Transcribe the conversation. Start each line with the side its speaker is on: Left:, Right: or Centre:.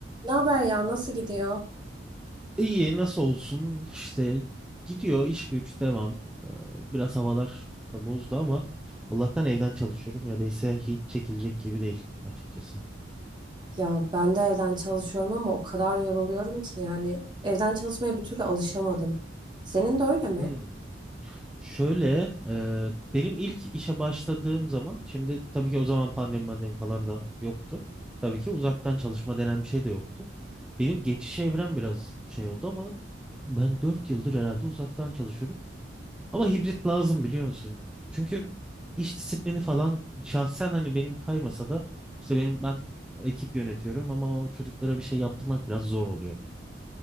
Right: Ne haber ya? Nasıl gidiyor?
Centre: İyi nasıl olsun işte gidiyor iş güç devam. Ee, Biraz havalar da bozdu ama Allah'tan evden çalışıyorum ya da ise hiç çekilecek gibi değil açıkçası.
Right: Ya ben de evden çalışıyorum ama o kadar yoruluyorum ki yani evden çalışmaya bir türlü alışamadım. Senin de öyle mi?
Centre: Hmm. Şöyle e, benim ilk işe başladığım zaman şimdi tabii ki o zaman pandemi pandemi falan da yoktu. Tabii ki uzaktan çalışma denen bir şey de yoktu. Benim geçiş evrem biraz şey oldu ama ben 4 yıldır herhalde uzaktan çalışıyorum. Ama hibrit lazım biliyor musun? Çünkü iş disiplini falan şahsen hani benim kaymasa da işte benim ben ekip yönetiyorum ama o çocuklara bir şey yaptırmak biraz zor oluyor.